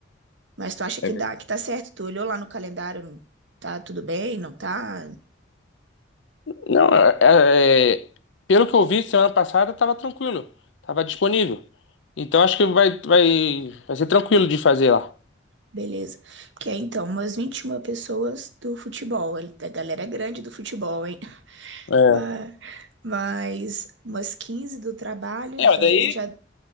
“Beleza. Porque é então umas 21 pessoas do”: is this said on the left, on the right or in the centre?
Right